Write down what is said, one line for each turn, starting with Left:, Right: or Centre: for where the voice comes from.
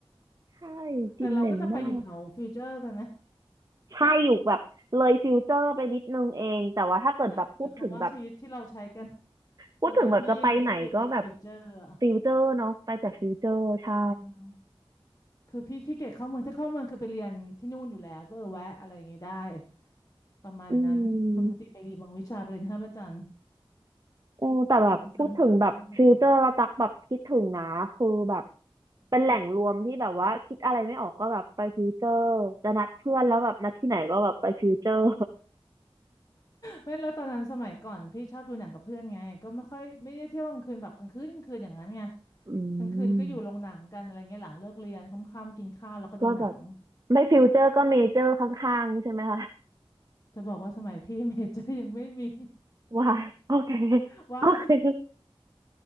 Right: ใช่กลิ่นเหม็นมาก
Left: แต่เราก็จะไปอยู่แถวฟิวเจอร์กันไหม
Right: ใช่อยู่แบบเลยฟิลเตอร์ไปนิดนึงเองแต่ว่าถ้าเกิดแบบพูดถึงแบบ
Left: <laughs> อย่างคำว่าชีวิตที่เราใช้กัน
Right: พูดถึงแบบจะไปไหนก็แบบ
Left: สมัยพี่ัมีก็อยู่ฟิวเจอร์อ่ะ
Right: ฟิลเตอร์เนาะไปแต่ฟิลเตอร์ใช่
Left: เออคือพี่ขี้เกียจเข้าเมืองถ้าเข้าเมืองคือไปเรียนที่นู่นอยู่แล้วก็เออแวะอะไรอย่างเงี้ยได้ประมาณนั้นก็บางทีไปดีบางวิชาไปเรียนท่าพระจันทร์
Right: อืม โอแต่แบบพูดถึงแบบฟิลเตอร์ละตักแบบคิดถึงนะคือแบบ
Left: บางทีซ้ำหน้ากท่าพระจันทร์
Right: เป็นแหล่งรวมที่แบบว่าคิดอะไรไม่ออกก็แบบไปฟิลเตอร์จะนัดเพื่อนแล้วแบบนัดที่ไหนก็แบบไปฟิลเตอร์
Left: ไม่แล้วตอนนั้นสมัยก่อนพี่ชอบดูหนังกับเพื่อนไงก็ไม่ค่อยไม่ได้เที่ยวกลางคืนแบบกลางคืนกลางคืนอย่างนั้นไง
Right: <laughs> อื
Left: กลางคืนก็อยู่โรงหนังกันอะไรเงี้ยหลังเลิกเรียนค่ำๆกินข้าวแล้วก็ดูหนัง
Right: มก็แบบไม่ฟิลเตอร์ก็เมเจอร์ข้างๆใช่ไหมคะ
Left: จะบอกว่าสมัยพี่ <laughs> เมเจอร์ยังไม่มี
Right: ว้ายโอเค
Left: <laughs> ว้าย
Right: โอเค <laughs>